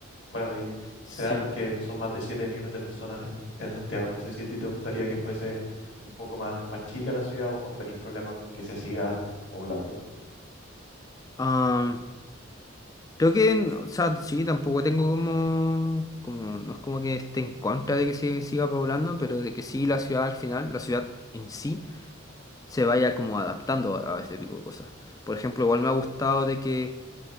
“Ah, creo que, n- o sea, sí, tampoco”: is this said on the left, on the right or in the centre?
Left